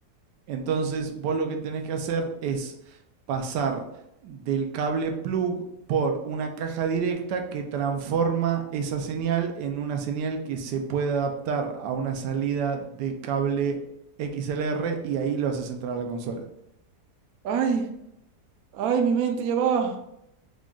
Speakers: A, on the right; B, on the right.
A: Entonces, vos lo que tenés que hacer es pasar del cable plug por una caja directa que transforma esa señal en una señal que se puede adaptar a una salida de cable XLR y ahí lo haces entrar a la consola.
B: Ay, ay, mi mente ya va.